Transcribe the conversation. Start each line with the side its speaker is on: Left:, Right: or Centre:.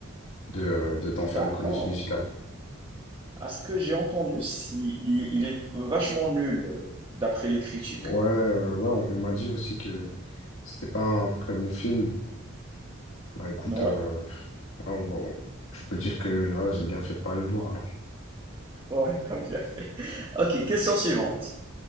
Left: de, euh, de- d'en faire
Right: D'accord.
Left: une comédie musicale.
Right: À ce que j'ai entendu, si, il, il est vachement nul, euh, d'après les critiques.
Left: Ouais, euh, ouais, on, on m'a dit aussi que c'était pas un très bon film. Bah écoute,
Right: Ouais,
Left: euh, ouais, on- on- je peux dire que voilà, j'ai bien fait de pas aller le voir alors.
Right: ouais, t'as bien fait. Ok, question suivante.